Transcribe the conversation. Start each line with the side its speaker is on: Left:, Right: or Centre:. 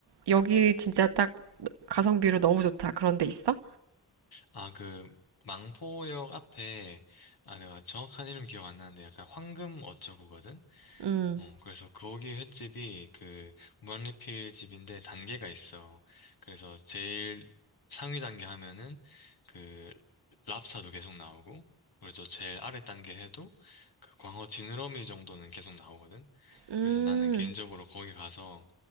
Right: 여기 진짜 딱 가성비로 너무 좋다. 그런 데 있어?
Left: 아, 그, 망포역 앞에, 아, 내가 정확한 이름 기억 안 나는데 약간 황금 어쩌구거든?
Right: 음,
Left: 어, 그래서 거기 횟집이 그, 무한리필 집인데 단계가 있어. 그래서 제일 상위 단계 하면은 그, 랍스타도 계속 나오고, 그리고 또 제일 아래 단계 해도 그 광어 지느러미 정도는 계속 나오거든?
Right: 음.
Left: 그래서 나는 개인적으로 거기 가서